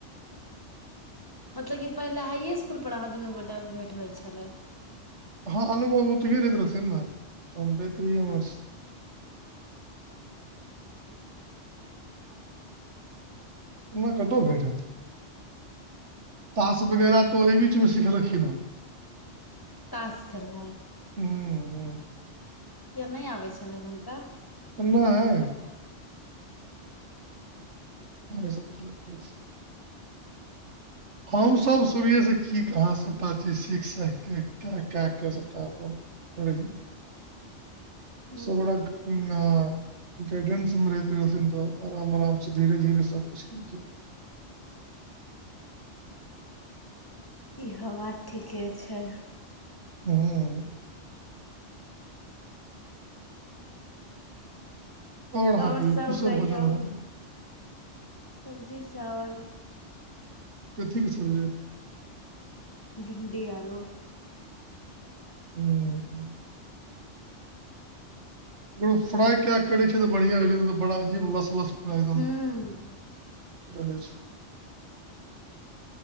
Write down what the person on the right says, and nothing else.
हँ अलोक बाबु ओतहीए रहैत रहथिन न, त हम जाइत रहिए उमहरे। उन्ना कतऽ भेट हैत। तास बगैरा तऽ ओहि बीच मे सिखलखिन हँ।
हूँ- हूँ।
नै। ह गे सब ठीके छै। हमसब शुरुए से की- कहाँ सभटा चीज सीख- साख के क क सबटा अपन ओहिल।
सब रंग। उँ हँ गाइडेंस मे रहैत रहथिन तऽ, अराम -अराम से धीरे- धीरे सबकुछ केलखिन।
हूम्म। और अहाँ
कहियौ, की सब
भोजन भेल?
कथीे के सब्जी?
हूँम्म हुॅं। ओ फ्राइ कैऽ करै छैय तऽ बढ़िआँ होइ छै, नैय त बड़ा अजीब लस-लस पुरा एकदम
रहै छै।